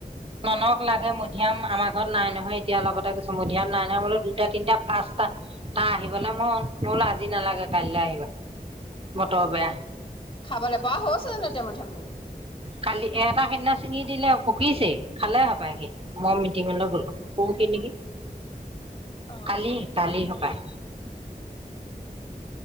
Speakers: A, on the right (about 35°); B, on the left (about 35°).
A: ননক লাগে মধিয়াম আমাৰ ঘৰত নাই নহয়, এতিয়া লগতে গৈছ। মধিয়াম নাই টামোলও দুটা, তিনিটা, পাঁচটা তাৰ, আহিবলৈ মন ময়বোলো আজি নালাগে কাইলৈ আহিবা, বতৰ বেয়া।
B: খাবলৈ পৰা হৈছে জানো মধুয়ামবোৰ
A: খালি এটা সেইনা ছিঙি দিলে পকিছে খালে হপাই মি মই মিটিঙলৈ গলো পৰহি নেকি।
B: অ
A: কালি, কালি হপায়।
B: অ।